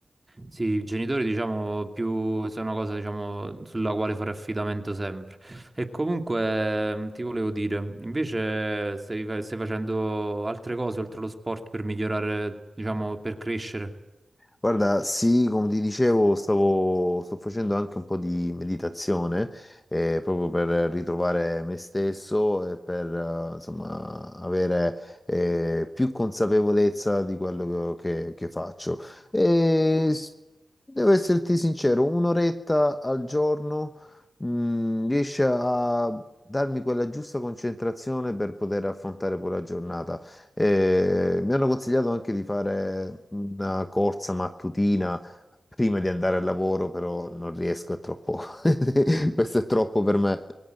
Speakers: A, on the right (about 25°); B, on the left (about 25°).
A: Sì, i genitori, diciamo, più sono una cosa, diciamo, sulla quale fare affidamento sempre. E comunque mh, ti volevo dire, invece stai, fa- stai facendo altre cose oltre allo sport per migliorare, diciamo, per crescere.
B: Guarda, sì, come ti dicevo, stavo, sto facendo anche un po' di meditazione, eh, proprio per ritrovare me stesso e per, eh, insomma, avere, eh, più consapevolezza di quello che, che faccio. E s- devo esserti sincero, un'oretta al giorno, mh, riesce a darmi quella giusta concentrazione per poter affrontare poi la giornata. Eh, mi hanno consigliato anche di fare una corsa mattutina prima di andare al lavoro, però non riesco, è troppo. <laughs> Questo è troppo per me.